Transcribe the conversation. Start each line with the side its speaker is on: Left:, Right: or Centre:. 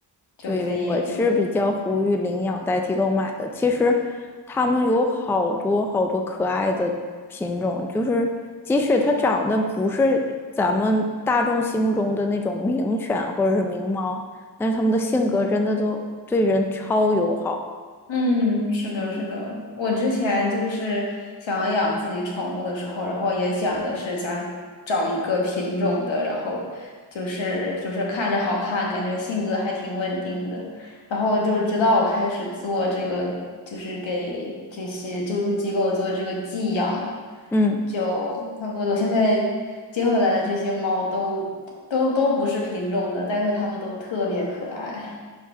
Left: 就可以就
Centre: 对，我是比较呼吁领养代替购买的。其实，它们有好多好多可爱的品种，就是即使它长得不是咱们大众心目中的那种名犬或者是名猫，但是它们的性格真的都对人超友好。
Left: 嗯，是的，
Centre: 嗯，
Left: 是的。我之前就是想养自己宠物的时候，然后也想的是想找一个品种的，然后就是就是看着好看，感觉性格还挺稳定的。然后就是直到我开始做这个，就是给这些救助机构做这个寄养，
Centre: 嗯，
Left: 就他们我现在接回来的这些猫都都都不是品种的，但是它们都特别可爱。